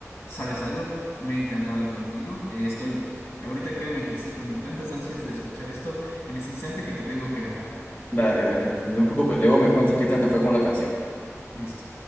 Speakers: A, on the left (about 50°); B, on the left (about 35°).
A: ¿Sabes algo? Me encanta hablar contigo. eh, estoy, ahorita créeme que estoy con tantas ansias de escuchar esto en este instante que te tengo que dejar.
B: Dale, dale, no te preocupes, luego me cuentas qué tal te fue con la canción.
A: Listo.